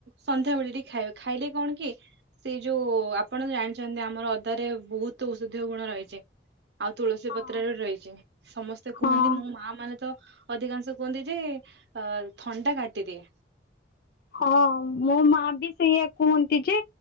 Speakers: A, on the right; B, on the left.
A: ସନ୍ଧ୍ୟାବେଳେ ଟିକେ ଖାଇବେ ଖାଇଲେ କଣ କି ସେଇ ଯୋଉ ଆପଣ ଜାଣିଛନ୍ତି ଆମର ଅଦାରେ ବହୁତ ଔଷଧୀୟ ଗୁଣ ରହିଛି। ଆଉ ତୁଳସୀ
B: ହଁ
A: ପତ୍ରରେ ରହିଛି ସମସ୍ତେ କୁହନ୍ତି
B: ହଁ
A: ମୋ ମା ମାନେ ତ ଅଧିକାଂଶ କୁହନ୍ତି ଯେ ଅ ଥଣ୍ଡା କାଟିଦିଏ।
B: ହଁ ମୋ ମା ବି ସେଇଆ କୁହନ୍ତି ଯେ